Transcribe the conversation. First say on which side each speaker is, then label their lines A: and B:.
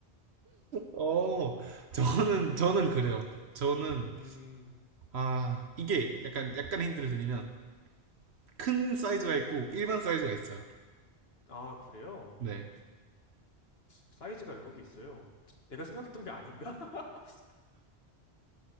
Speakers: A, on the right; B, on the left.
A: 어, 저는, 저는 그래요. 저는,
B: 음.
A: 아, 이게 약간, 약간 힌트를 드리면, 큰 사이즈가 있고, 일반 사이즈가 있어요.
B: 아, 그래요?
A: 네.
B: 사이즈가 여러 개 있어요. 내가 생각했던 게 아닌가? <laughs>